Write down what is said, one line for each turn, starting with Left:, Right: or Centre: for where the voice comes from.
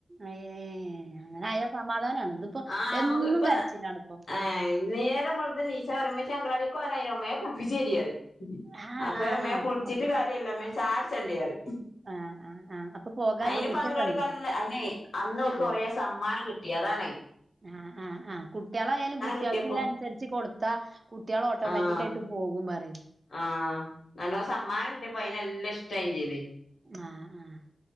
Right: ഏഹ് അങ്ങനെ ആയാ സമാധാനാണ്. ഇതിപ്പോ
Left: ആഹ് നമുക്ക്
Right: എന്നും
Left: ഇപ്പൊ
Right: കരച്ചിലാണിപ്പോ
Left: ഏഹ് <unintelligible> നേരം വെള്ത്ത് നീച്ചാ പറയും ഇമ്മച്ച്യേ അഗനവാടികൊവാനായിനോ മേം കുൾപ്പിച്ചെരീയറിം.
Right: ആഹ്
Left: അപ്പ ഞാ
Right: ആഹ്
Left: റിം മേം
Right: ആഹ്
Left: കുളിച്ചിട്ട്
Right: അപ്പൊ
Left: കാര്യല്ലാ മേം ചായുടിച്ചെണ്ടെറിയും.
Right: ആഹ് ആഹ് ആഹ് അപ്പൊ പോകാല്ല
Left: അയിന് ഇപ്പങ്കനാവാടി
Right: ഊറ്റൊക്കെണ്ട്
Left: പറിണല്ലാ അയിനേ അന്നോൽക്ക്
Right: ആഹ്
Left: കൊറേ സമ്മാനം കിട്ടി അതാണത്.
Right: ആഹ് ആഹ് ആഹ് കുട്ടിയേളായാലും കുട്ടികൾക്കില്ലെ
Left: കിട്ടിയപ്പോ
Right: അൻസരിച്ച് കൊടുത്താ കുട്ടിയേൾ ഓട്ടോമാറ്റിക്
Left: ആഹ്
Right: ആയിട്ട് പോ പോകും പറിം.
Left: ആഹ് നല്ലോം സമ്മാനം കിട്ടിയേപ്പം അയിനല്ല ഇഷ്ടായിം ചെയ്ത്.
Right: ആഹ് ആഹ്